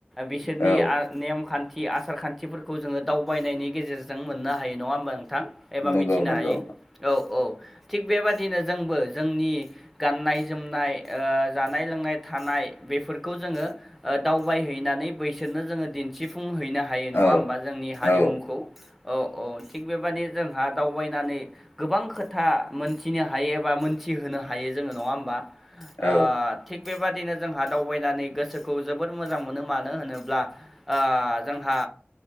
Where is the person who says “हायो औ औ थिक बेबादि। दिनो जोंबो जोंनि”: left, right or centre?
Centre